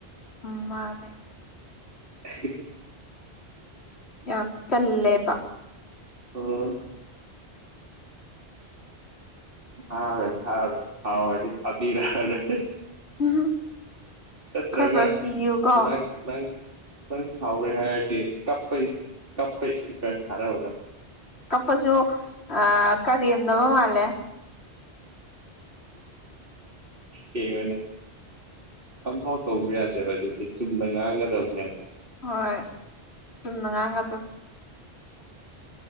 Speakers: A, on the left; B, on the right.
A: ꯎꯝ ꯃꯥꯅꯦ
B: <unintelligible>
A: ꯌꯥꯝ ꯇꯜꯂꯦꯄꯥ
B: ꯑꯝ ꯊꯥꯔꯣꯏ ꯊꯥꯔꯣꯏ ꯁꯥꯎꯔꯗꯤ ꯊꯥꯕꯤꯔꯣꯏ
A: ꯎꯝ
B: ꯆꯥꯠꯇ꯭ꯔꯒ
A: ꯈꯔ ꯈꯔ ꯀꯤꯌꯨꯀꯣ
B: ꯅꯪ ꯅꯪ ꯅꯪ ꯁꯥꯎꯔꯦ ꯍꯥꯏꯔꯗꯤ ꯀꯞꯄ ꯀꯞꯄ ꯏꯁꯇꯤꯀꯔ ꯊꯥꯔꯛꯎꯗꯪ
A: ꯀꯞꯄꯁꯨ ꯑ ꯀꯔꯦꯝꯅꯕ ꯃꯥꯜꯂꯦ
B: ꯀꯦꯕꯅꯦ ꯑꯝꯐꯥꯎ ꯇꯧꯕ ꯌꯥꯗꯦꯕ ꯑꯗꯨꯗꯤ ꯆꯨꯝꯅ ꯉꯥꯡꯒꯗꯕꯅꯦꯕ
A: ꯍꯣꯏ ꯁꯨꯝꯅ ꯉꯥꯏꯒꯗꯕ